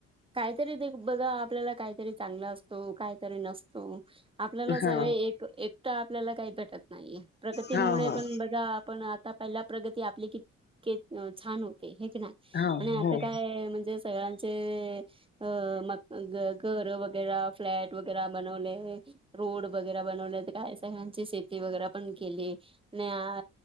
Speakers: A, on the right; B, on the left.
A: काहीतरी ते बघा आपल्याला काहीतरी चांगला असतो काहीतरी नसतो आपल्याला सगळे
B: हा
A: एक एकट आपल्याला काही नाहीे प्रगतीमुळे
B: हा हा
A: पण तर आपण आता पहिला प्रगती आपली कितके छान होते हे की ना आणि
B: हा
A: आता
B: हो
A: काय म्हणजे सगळ्यांचे अ म घर वगैरे फ्लॅट वगैरे बनवले रोड वगैरे बनवले काय सगळ्यांची शेती वगैरे पण केली नाही